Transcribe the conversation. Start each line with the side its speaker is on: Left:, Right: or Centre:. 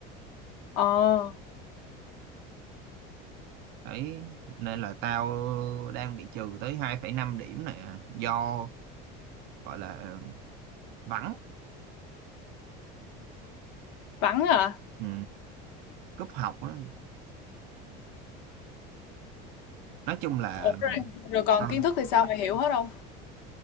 Left: Ờ,
Right: đấy nên là tao đang bị trừ tới hai phẩy năm điểm nè do gọi là vắng
Left: vắng à.
Right: ừ, cúp học á nói chung là
Left: Ủa rồi, rồi còn
Right: ờ,
Left: kiến thức thì sao mày hiểu hết không?